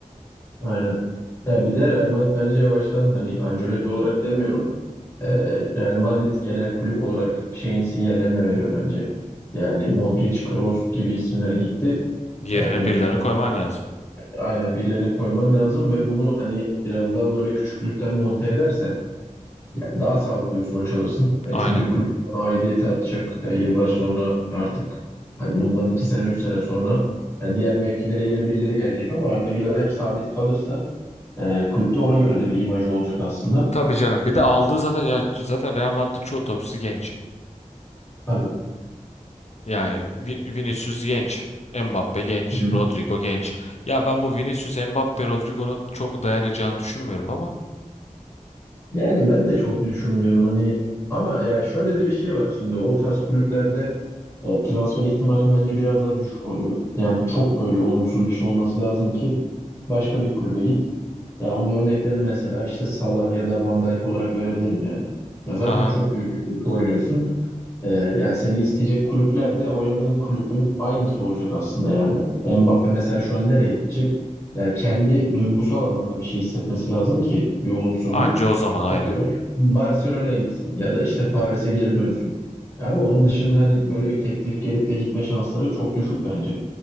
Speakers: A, on the left (about 20°); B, on the left (about 55°).
A: Aynen. Ya bir de Real Madrid bence yavaştan hani Ancelotti olarak demiyorum. e, Real Madrid genel kulüp olarak şeyin sinyallerini veriyor bence. Yani Modric, Kroos gibi isimler gitti.
B: Yerine
A: E, bunu
B: birilerini koyman lazım.
A: Aynen birilerini koyman lazım ve bunu hani biraz daha böyle küçüklükten monte edersen yani daha sağlıklı bir sonuç alırsın. E,
B: Aynen.
A: çünkü kulübün bana aidiyeti artacak E, yıllar sonra artık hani bundan iki sene üç sene sonra e, diğer mevkilere yeni birileri gelecek ama Arda Güler hep sabit kalırsa e, kulüpte ona göre de bir imajı olacak aslında.
B: Tabii canım. Bir de aldığı
A: Bu
B: zaten ya zaten Real Madrid çoğu topçusu genç.
A: tabii.
B: Yani Vin- Vinicius genç. Mbappe genç.
A: Hı.
B: Rodrigo genç. Ya ben bu Vinicius, Mbappe, Rodrigo'nun çok dayanacağını düşünmüyorum ama.
A: Yani ben de çok düşünmüyorum hani ama ya şöyle de bir şey var şimdi o tarz kulüplerde e, transfer ihtimalim bence biraz daha düşük oluyor. Yani çok böyle olumsuz bir şey olması lazım ki başka bir kulübe git. Ya onun örneklerini mesela işte Salah ya da Van Dijk olarak verebilirim yani. Ya
B: Haha.
A: zaten çok büyük bir kulüpte oynuyorsun. Ee, yani seni isteyecek kulüpler de oynadığın kulübün aynısı olacak aslında yani. Mbappe mesela şu an nereye gidecek? Yani kendi duygusal anlamda bir şey hissetmesi lazım ki bir olumsuzluk.
B: Anca o zaman aynen.
A: Atıyorum Barcelona'ya gitsin ya da işte Paris'e geri dönsün. Ama onun dışında hani böyle bir teklif gelip de gitme şansları çok düşük bence.